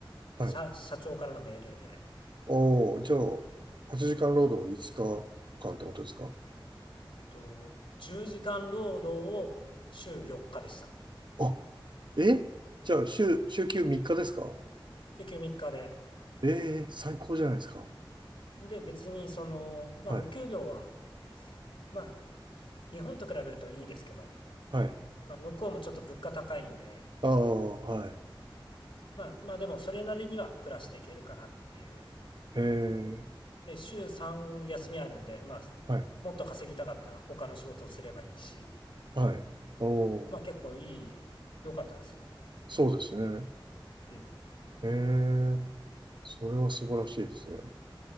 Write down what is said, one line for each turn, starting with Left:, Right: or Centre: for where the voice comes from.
Right: はい。
Left: 社、社長からの命令で、
Right: おお、じゃあ、8時間労働5日間ってことですか
Left: えっと、10時間労働を週4日でした。
Right: あ、えじゃあ、週、週休3日ですか
Left: 週休3日で。
Right: ええ、最高じゃないですか。
Left: で、別にその、まあ、
Right: はい。
Left: お給料は、まあ、日本と比べるといいですけど、
Right: はい。
Left: まあ、向こうもちょっと物価高いんで、
Right: ああ、はい。
Left: まあ、まあでもそれなりには暮らしていけるかなっていう。
Right: ええ。
Left: で、週3休みあるんで、まあ、
Right: はい。
Left: もっと稼ぎたかったら他の仕事をすればいいし、
Right: はい。おお、
Left: まあ結構いい、良かったですね。
Right: そうですね。
Left: うん。
Right: ええ。それは素晴らしいですね。